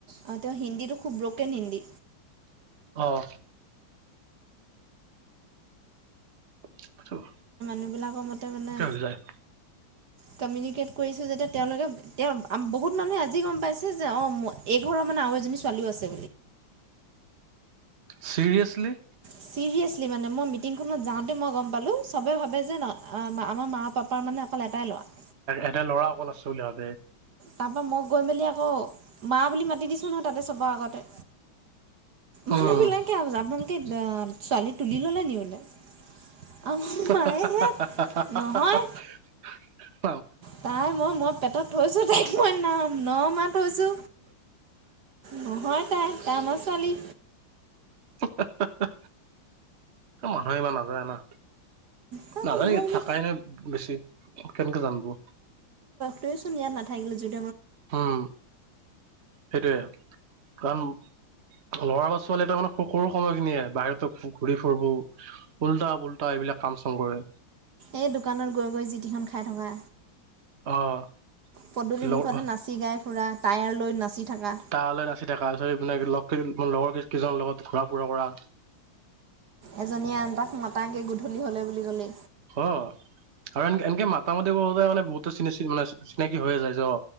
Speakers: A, on the right; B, on the right.
A: আৰু তেওঁ হিন্দীটো খুব ব্ৰকেন হিন্দী
B: অ'। <inaudible>
A: সেইবিলাকৰ মতে মানে
B: হৈ যায়
A: কমিউনিকেট কৰিছোঁ। যেতিয়া তেওঁলোকে তেওঁ বহুত মানুহে আজি গম পাইছে যে অঁ এই ঘৰৰ মানে আৰু এজনী ছোৱালীও আছে।
B: চিৰিয়াছলি।
A: চিৰিয়াছ লি। মই মিটিংখনত যাওঁতে মই গ'ম- পালোঁ। চবে ভাবে যে ন আমাৰ মা পাপাৰ মানে অকল এটাই লৰা
B: এটা ল'ৰা অকল আছে বুলি ভাবে।
A: তাৰ পৰাৰা মই গৈ মেলি আকৌ মা বুলি মাতি দিছো। নহ তাতে চব আগতে- মানুহবিলাককে
B: উম
A: য ছোৱালী তুলি ল'লে নি বোলে। আমাৰ
B: হাহা,
A: মায়েহে
B: হাহা,
A: নহয়
B: হাহা, হাহা।
A: তাই মই মই পেটত থৈছো। তাইক মই ন নমাহ থৈছো নহয়। তাই আমাৰ ছোৱালী।
B: হাহা হাহা। মানুহে ইমান নাজানে না।
A: মই
B: নাজানে
A: বোলো
B: থাকাই নাই বেছি। কেনেকে জানবো।
A: তই চোন ইয় নাথাকিলো যদি
B: উ'ম সেইটোয়ে কাৰণ। লৰা বা ছোৱালী ত মানে সৰু সময়খিনিয়ে বাহিৰতো ঘূৰি ফুুৰবো উওল্টা পুল্টা এইবিলাক কাম চাম কৰে।
A: এই দোকানত গৈ গৈ যিটিখন খাই থকা।
B: অ'।
A: পদূলি
B: লগ
A: মুখতে নাচি গায়। ফুৰা টায়াৰ লৈ নাচি। থকা
B: তায়াৰ লৈ নাচি থাকা যদি বেলেগ লগৰকেইজনক। মোৰ লগৰ ক কেইজনৰ লগত ঘুৰা ফুৰা কৰা।
A: এজনীয়ে আন তাক মতাকে গধূলি হলে বুলি কলে।
B: অ' আৰু এনকে এনকে মাতা মাতি কৰো তে মানে বহুতে চিনা চিন উলাইছে। চিনাকি হৈয়ে যায় জ